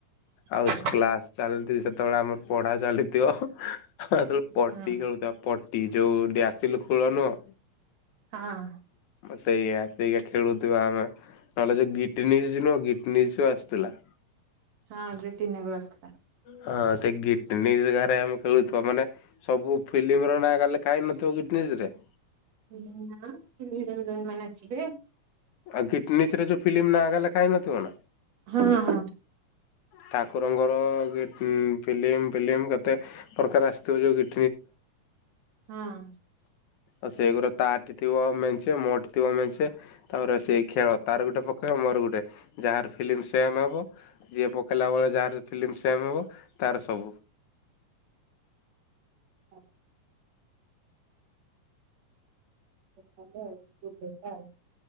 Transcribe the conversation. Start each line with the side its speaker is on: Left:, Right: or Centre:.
Left: ଆଉ
Right: ହଁ
Left: କ୍ଲାସ ଚାଲି ସେତେବେଳେ ଆମର ପଢା ଚାଲିଥିବ ହ ହେତେବେଳେ ପଟି
Right: ହଁ
Left: ଖେଳୁଛ ପଟି ଯୋଉ ଡିଆସିଲ ଖୋଳ ନୁହ
Right: ହଁ
Left: ସେଇଆ ସେଇଆ ଖେଳୁଥିବା ଆମେ ନହେଲେ ସେ ଯୋଉ ଗିଟନିସ୍ ନୁହଁ ଗିଟନିସ୍ ସବୁ ଆସୁଥିଲା।
Right: ହଁ ଯୋଉ ଟିନା କୁ ରଖିଥିଲା।
Left: ହଁ ସେ ଗିଟ୍ ନିଶ୍ ହେକାରେ ଆମେ ଖେଳୁଥିବା ମାନେ ସବୁ ଫିଲ୍ମ ର ନାଁ ଏକା ଲେଖାହେଇ ନଥିବ ଗିଟିନିସରେ
Right: ନା <unintelligible> ମାନ ଅଛିିଯେ
Left: ଆଉ ଗିଟନିସରେ ଯୋଉ ଫିଲ୍ମ ନା ହେକା ଲେଖା ହୋଇନଥିବ ନା
Right: ହଁ ହଁ
Left: ଠାକୁରଙ୍କର ଫିଲ୍ମ ଫିଲ୍ମ କେତେ ପ୍ରକାର ଆସିଥିବ ଯୋଉ ଗୀ
Right: ହଁ
Left: ଆଉ ସେଗୁରା ତାଠି ଥିବ ମେଞ୍ଚେ ମୋଠି ଥିବ ମେଞ୍ଚେ ତାପରେ ସେଇ ଖେଳ ତାର ଗୋଟେ ପକେଇବ ମୋର ଗୋଟେ ଯାହାର ଫିଲ୍ମ ସେମ ହବ ଯିଏ ପକେଇ ଲା ବେଳେ ଯାହାର ଫିଲ୍ମ ସେମ ହବ ତାର ସବୁ।
Right: ହଉ ଭଲ ଆଉ ସ୍କୁଲ ଟାଇମ୍ ଟା ଆଉ।